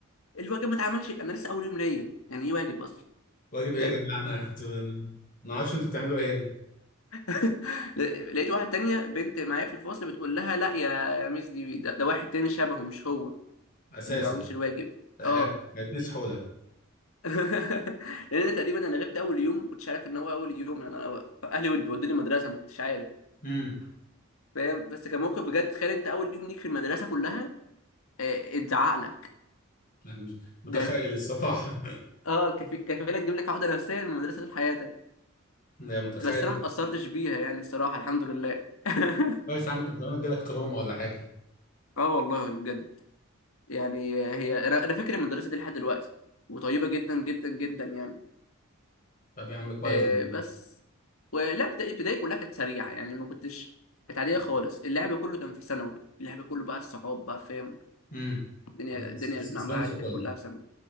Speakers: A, on the left (about 80°); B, on the left (about 40°).
A: الواجب ما اتعملش انا لسه اول يوم ليا يعني ايه واجب اصلا
B: واجب ايه
A: فاهم
B: يا جماعه انا أنتوا- أنا ما اعرفش انتوا بتعملوا ايه هنا
A: <laughs> ل- لقيت واحد تانية بنت معايا في الفصل بتقول لها لا يا يا ميس دي ده, ده واحد تاني شبهه مش هو
B: اساسا
A: اللي ما عملش الواجب
B: آه،
A: اه
B: كانت ميس حوله
A: <laughs> لان انا تقريبا انا غبت اول يوم ما كنتش عارف ان هو اول يوم يعني انا اهلي واللي بيودوني المدرسه ما كنتش عارف
B: امم
A: فاهم بس كان موقف بجد تخيل انت اول يوم ليك في المدرسه كلها آه، اتزعق لك
B: مش متخيل
A: ده
B: الصراحه
A: اه كفي... كفيله تجيب لك عقده نفسيه من المدرسه طول حياتك
B: <laughs> يا متخيل
A: بس انا ما اتاثرتش بيها يعني الصراحه الحمد لله <laughs>
B: كويس يا عم كان زمانك جالك تروما ولا حاجه
A: اه والله بجد يعني هي انا انا فاكر المدرسه دي لحد دلوقتي وطيبه جدا جدا جدا يعني
B: طب يا عم كويس
A: آه بس ولا ابتدائي ابتدائي كلها كانت سريعه يعني ما كنتش كانت عاديه خالص اللعب كله كان في ثانوي اللعب كله بقى الصحاب بقى فاهم
B: امم
A: الدنيا الدنيا
B: السسبنس
A: المعمعه دي
B: كله
A: كانت كلها في ثانوي